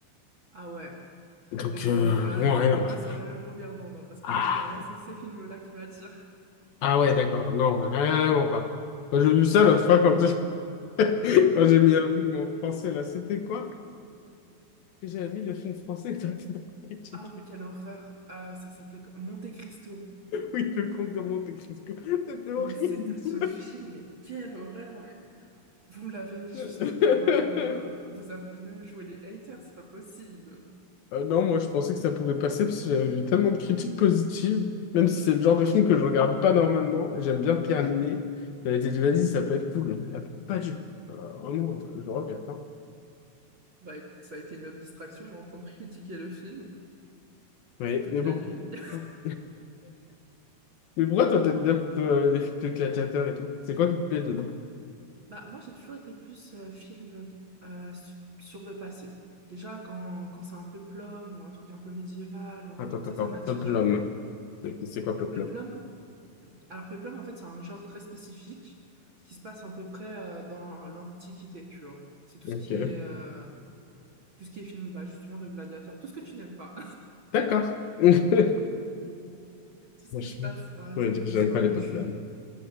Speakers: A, on the right (about 40°); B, on the left (about 70°).
A: Ah ouais.
B: Donc
A: Donc
B: euh,
A: on n'est pas,
B: vraiment rien
A: on n'est
B: à voir.
A: pas sur la même longueur d'onde, hein, parce que
B: Ah,
A: moi, généralement, c'est ces films-là qui m'attirent.
B: ah ouais, d'accord, non, vraiment pas. Quand j'ai vu ça l'autre fois, quand j'ai <laughs> quand j'ai mis un film en français, là, c'était quoi? Que j'avais mis le film français que t'as critiqué.
A: Ah oui, quelle horreur. Ah, ça s'appelait Monte Cristo.
B: Oui, le comte de Monte-Cristo. C'était horrible.
A: Mais c'est ce film, mais quelle horreur. Vous me l'avez mis
B: <laughs>
A: juste pour, euh, pour euh, vous avez voulu jouer les haters, c'est pas possible.
B: Euh, non, moi je pensais que ça pouvait passer parce que j'avais eu tellement de critiques positives, même si c'est le genre de film que je regarde pas normalement, et j'aime bien Pierre Ninet. J'avais été dit, vas-y, ça peut être cool, mais euh, pas du tout. Euh, vraiment, je le regrette. hein.
A: Bah écoute, ça a été une autre distraction, m'entendre critiquer le film
B: Oui,
A: toute
B: mais bon.
A: la nuit. <laughs>
B: <laughs> Mais pourquoi toi t'aimes bien plutôt euh, les films de gladiateurs et tout? C'est quoi qui te plaît dedans?
A: Bah moi j'ai toujours été plus euh, film euh, su- sur le passé. Déjà quand, quand c'est un péplum ou un truc un peu médiéval ou un
B: Attends,
A: truc comme
B: attends,
A: ça,
B: attends.
A: ça m'attire,
B: Peplum.
A: tu vois.
B: C'est c'est quoi Peplum?
A: Péplum, alors péplum en fait c'est un genre très spécifique qui se passe à peu près euh, dans l'Antiquité, tu vois. C'est tout
B: Ok.
A: ce qui est euh, tout ce qui est film bah, justement de gladiateurs, tout ce que tu n'aimes pas.
B: D'accord. <laughs> Moi
A: tout ce qui
B: je
A: se passe.
B: je
A: Par
B: pourrais
A: exemple,
B: dire que
A: je
B: j'aime
A: sais pas,
B: pas
A: moi,
B: les Peplum.
A: je suis...